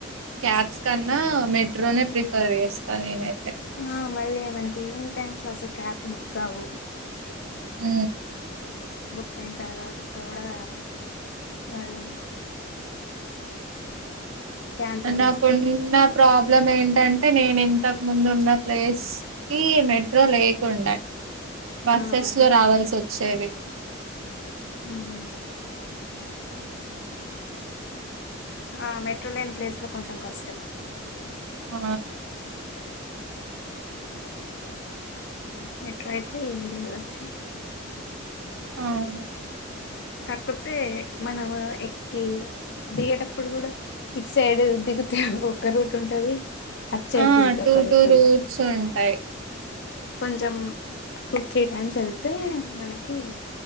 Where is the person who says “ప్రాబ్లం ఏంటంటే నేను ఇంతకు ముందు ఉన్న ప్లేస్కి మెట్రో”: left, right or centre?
Right